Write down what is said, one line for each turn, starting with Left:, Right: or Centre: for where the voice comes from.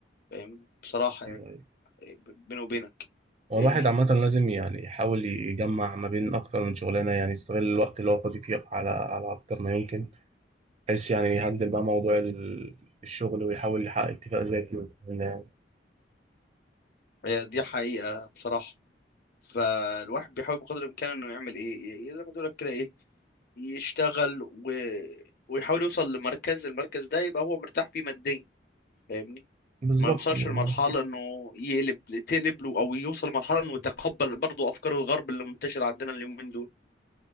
Left: فاهم بصراحة يعني
Right: ايوه ايوه
Left: بيني وبينك
Right: هو
Left: فاهمني
Right: الواحد عامة لازم يعني يحاول يجمع ما بين أكتر من شغلانة يعني يستغل الوقت اللي هو فاضي فيه على على أكتر ما يمكن بحيث يعني يهندل بقى موضوع ال- الشغل ويحاول يحقق اتفاق ذاتي وال-
Left: هي دي حقيقة بصراحة فالواحد بيحاول بقدر الإمكان إنه يعمل إيه ي- زي ما تقول لك كده إيه يشتغل و... ويحاول يوصل لمركز المركز ده يبقى هو مرتاح فيه ماديا فاهمني
Right: بالظبط
Left: ما يوصلش
Right: يعني.
Left: لمرحلة إنه يقلب تقلب له أو يوصل لمرحلة إنه يتقبل برضه أفكار الغرب اللي منتشرة عندنا اليومين دول